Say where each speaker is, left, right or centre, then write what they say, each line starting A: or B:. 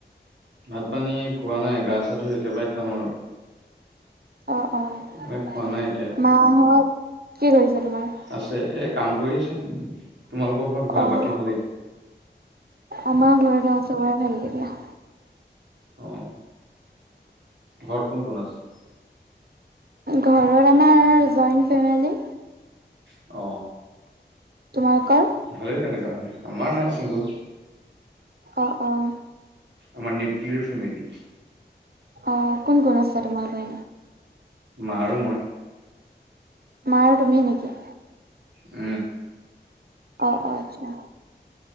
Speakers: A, on the right; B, on the right.
A: ভাত পানী খোৱা নাই গা চা ধুই একেবাৰে খাওঁ আৰু
B: অঁ অঁ
A: মানে খোৱা নাই এতিয়া
B: মাহত কি কৰিছে তোমাৰ
A: আছে এ কাম কৰি আছে তোমালোকৰ ঘৰত ভ
B: অ',
A: বাকী ভালেই
B: আমাৰ ঘৰৰত চবৰে ভালক দিয়া
A: অ ঘৰ কোন কোন আছে
B: ঘৰ আমাৰ জইণ্ট ফেমিলি
A: অ
B: তোমালোকৰ
A: ভালেই তেনেককাা হলে আমাৰ নাই চিংগল
B: অঁ অঁ
A: আমাৰ নিউক্লিয়াৰ ফেমিলি
B: অ কোন কোন আছে তোমাৰী
A: মাৰোঁ মই
B: মাৰ তুমিয়ে নেকি
A: উ
B: অ অ আচ্ছা